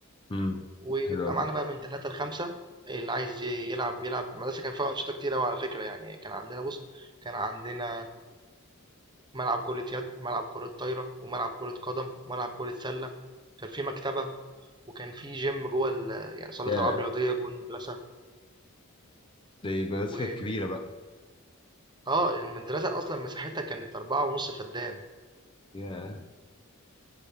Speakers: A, on the left; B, on the right.
A: امم
B: وبيبقى
A: حلو قوي
B: معانا بقى من 3 ل5 اللي عايز ي- يلعب بيلعب المدرسة كان فيها أنشطة كتير أوي على فكرة يعني كان عندنا بص كان عندنا ملعب كرة يد ملعب كرة طايرة وملعب كرة قدم وملعب كرة سلة كان في مكتبة وكان في جيم جوه ال... يعني صالة
A: ياه
B: ألعاب رياضية جوه المدرسة
A: دي مدرسة
B: و
A: كانت كبيرة بقى
B: اه المدرسة أصلا مساحتها كانت أربعة ونص فدان
A: ياه